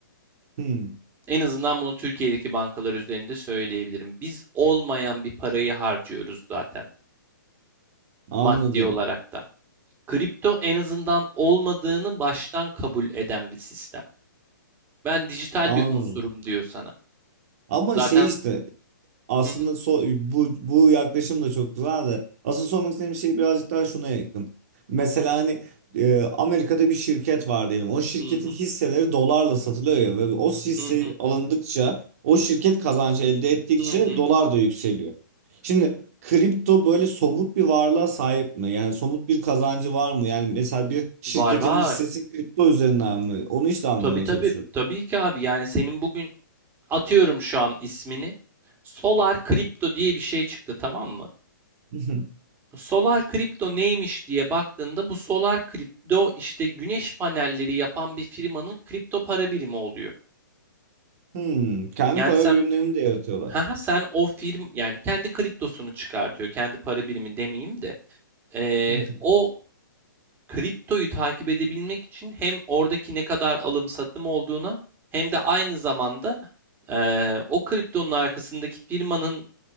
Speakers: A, on the right; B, on the right.
A: hmm.
B: En azından bunu Türkiye'deki bankalar üzerinde söyleyebilirim. Biz olmayan bir parayı harcıyoruz zaten
A: Anladım.
B: maddi olarak da. Kripto en azından olmadığını baştan kabul eden bir sistem. Ben dijital
A: Anladım.
B: bir unsurum diyor sana.
A: Ama
B: Zaten
A: şey işte Aslında
B: Hı hı,
A: so bu, bu yaklaşım da çok güzel de asıl sormak istediğim şey birazcık daha şuna yakın. Mesela hani e, Amerika'da bir şirket var diyelim. O şirketin
B: hı hı,
A: hisseleri dolarla satılıyor ya ve o hisse
B: hı hı,
A: alındıkça o şirket kazancı elde ettikçe
B: hı hı,
A: dolar da yükseliyor. Şimdi kripto böyle somut bir varlığa sahip mi? Yani somut bir kazancı var mı? Yani mesela bir şirketin
B: Var var.
A: hissesi kripto üzerinden mi? Onu işte anlamaya
B: Tabii tabii.
A: çalışıyorum.
B: Tabii ki abi. Yani senin bugün Atıyorum şu an ismini. Solar Crypto diye bir şey çıktı tamam mı?
A: <laughs>
B: Solar Crypto neymiş diye baktığında bu Solar Crypto işte güneş panelleri yapan bir firmanın kripto para birimi oluyor.
A: Hmm, kendi
B: Yani
A: para
B: sen
A: birimlerini de yaratıyorlar.
B: haha, sen o firm yani kendi kriptosunu çıkartıyor. Kendi para birimi demeyeyim de. Ee,
A: <laughs>
B: o kriptoyu takip edebilmek için hem oradaki ne kadar alım satım olduğuna hem de aynı zamanda eee, o kriptonun arkasındaki firmanın